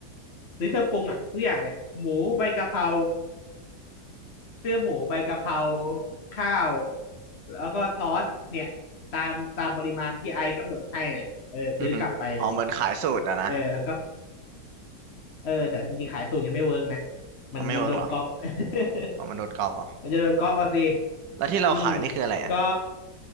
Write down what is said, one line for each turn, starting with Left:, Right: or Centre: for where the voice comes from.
Left: ซื้อเครื่องปรุงอ่ะทุกอย่างเลยหมูใบกะเพราซื้อหมูใบกะเพราข้าวแล้วก็ซอสเนี่ยตามตามปริมาณที่ไอ้กำหนดให้เนี่ยเออซื้อกลับไปเลย
Right: อือฮึอ๋อเหมือนขายสูตรอะนะ
Left: เออแล้วก็ เออแต่จริงๆขายสูตรยังไม่เวิร์กนะมันมันโดนก๊อป
Right: มันไม่เวิร์กเหรอ
Left: <laughs>
Right: อ๋อมันโดนกรอบเหรอ
Left: มันจะโดนก๊อปเอาสิ
Right: แล้วที่เราขายนี่คืออะไรอะ
Left: อืมก็